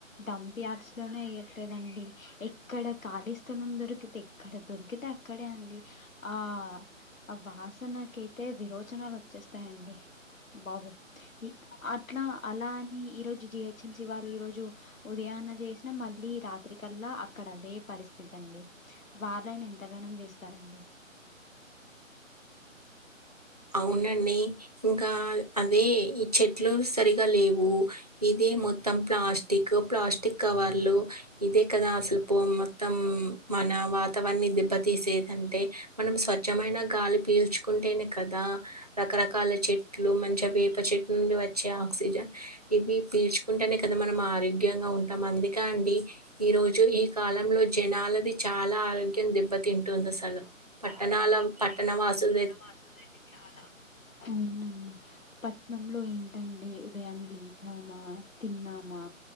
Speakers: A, on the left; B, on the right.
A: డంప్ యార్డ్స్ లోనే వేయట్లేదండి ఎక్కడ ఖాళీ స్థలం దొరికితే ఎక్కడ దొ అకతే అక్కడే అండి ఆ వాసనకయితే విరోచనాలు వచ్చేస్త్ తండి బాబు వి అ ఇట్లా అలా అని ఈ రోజు జిహెచ్ఎంసి వాళ్ళు ఈ రోజు ఉదయాన్నే చేసినా మళ్ళీ రా రాత్రికల్లా అక్కడ అదే పరిస్థితి తిటండి వాళ్ళైనా ఎంత గనం చేస్తారండి
B: అవునండి ఇంకా అదే ఈ చెట్లు సరిగా లేవు ఇదే మొత్తం ప్లాస్టిక్ ప్లాస్టిక్ కవర్లు ఇదే కదా అసలు పో మొ మొత్తం మన వాతావరణన్ని దిబ్బతీసేదంటే మనం స్వచ్ఛమైన గాలి పీల్చుకుం అంటే కదా రకరకాల చెట్లు మంచి వేప చెట్టు నుండి వచ్చే ఆక్సిజన్ ఇవి పీల్చుకుంటేనే కదా మనం ఆరోగ్యంగా ఉంటాం అందుక అండి ఈ రోజు ఈ కాలంలో జనాలది చాలా ఆరోగ్యం దెబ్బతింటుంది అసలు పట్టణాల పట్టణ వాసుల
A: వాసులు అయితే చాలా అవునండి పట్నంలో ఏంటంటే ఉదయాన్న లేలీచామా తిన్నామా